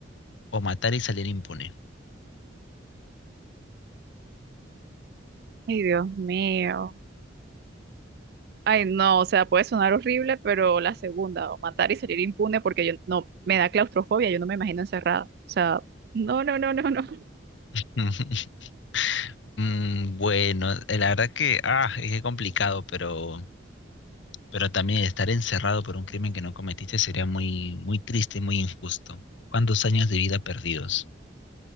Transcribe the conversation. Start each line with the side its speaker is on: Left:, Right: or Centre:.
Left: o matar y salir impune?
Right: <laughs> Ay, Dios mío. Ay, no, o sea, puede sonar horrible, pero la segunda, o matar y salir impune, porque yo no, me da claustrofobia, yo no me imagino encerrada. O sea, no, no, no, no, no. <laughs>
Left: <laughs> Mm, Bueno, la verdad que, ah, es que complicado, pero pero también estar encerrado por un crimen que no cometiste sería muy, muy triste, muy injusto. ¿Cuántos años de vida perdidos?